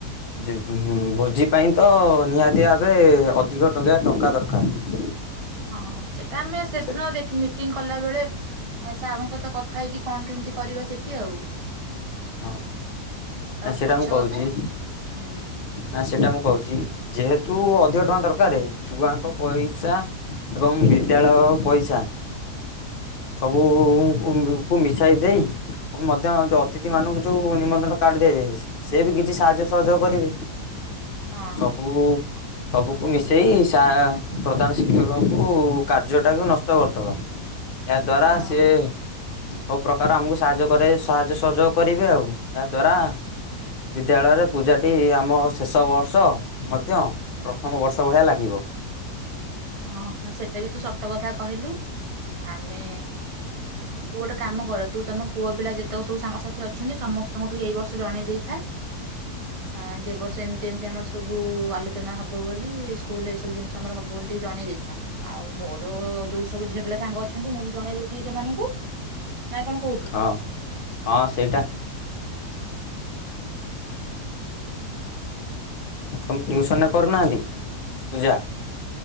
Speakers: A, on the left; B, on the right.
A: ଜି ଭୋଜି ପାଇଁ ତ ନିହାତି ଭାବେ ଅଧିକ ଟଙ୍କା ଟଙ୍କା ଦରକାର।
B: ହଁ ସେଟା ଆମେ ସେଦିନ
A: ସେ
B: ଦେଖ୍ ମିଟିଂ କଲା ବେଳେ ସାର୍ଙ୍କ ସହିତ କଥା ହେଇକି କଣ କେମିତି କରିବା ସେଠି ଆଉ।
A: ହଁ ନା
B: ହଉଛି
A: ସେଟା
B: ପଛ
A: ମୁଁ କହୁଛି
B: କଥା ହୁଁ
A: ନା ସେଟା ମୁ। କହୁଛି ଯେହେତୁ ଅଧିକ ଟଙ୍କା ଦରକାର ଛୁଆଙ୍କ। ପଇସା ଏବଂ ହି ଦ୍ୟାଳୟ ପଇସା ସବୁ ଉଉଁ କୁ ମିଶାଇ ଦେଇ ମଧ୍ୟ ଯଦ୍ ତିଥି ମାନଙ୍କୁ ଯୋଉ ନିମନ୍ତ୍ରଣ କାର୍ଡ ଦିଆଯାଏ ସେ ବି କିଛି ସାହାଯ୍ୟ ସହଯୋଗ କରିବେ।
B: ହଁ
A: ସବୁ। ସବୁକୁ ମିଶେଇ ସା ପ୍ରଧାନ ଶିକ୍ଷକଙ୍କୁ କାର୍ଯ୍ୟ ଟାକୁ ନଷ୍ଟ କରିଦବା। ଏହା ଦ୍ଵାରା
B: ହଁ
A: ସେ। ସବୁ ପ୍ରକାର ଆମକୁ ସାହାଯ୍ୟ କରେ ସାହାଯ୍ୟ ସହଯୋଗ କରିବେ ଆଉ ଏହାଦ୍ୱାରା ବିଦ୍ୟାଳୟରେ ପୂଜାଟି ଆମ ଶେଷ ବର୍ଷ ମଧ୍ୟ ପ୍ରଥମ ବର୍ଷ ଭଳିଆ ଲାଗିବ।
B: ହଁ ସେଟା ବି ତୁ ସତ କଥା କହିଲୁ ଆମେ ତୁ ଗୋଟେ କାମ କର ତୁ ତମ ପୁଅ ପିଲା ଯେତେକ ସବୁ ସାଙ୍ଗସାଥି ଥି ଅଛନ୍ତି ସମସ୍ତଙ୍କଠୁ ଏଇ ବର୍ଷ ଜଣେଇ ଦେଇଥା ଆଁ ଯେ ବର୍ଷ ଏମତି ଏମତି ଆମର ସବୁ ଆଲୋଚନା ହବ ବୋଲି ସ୍କୁଲ ଏ ସବୁ ଜିନିଷ ଆମର ହବ ବୋଲି ଠି ଜଣେଇ ଦେଇଥା ଆଉ ମୋର ଯୋଉ ସବୁ ଝିଅ ପିଲା ସାଙ୍ଗ ଅଛନ୍ତି ମୁଁ ବି ଜଣେଇ ଦେଇଥିଲି ସେମାନଙ୍କୁ। ନା କଣ କହୁଛୁ?
A: ହଁ ହଁ ସେଇଟା। ତମେ ଟିଉସନରେ କରୁନାହାନ୍ତି ପୂଜା।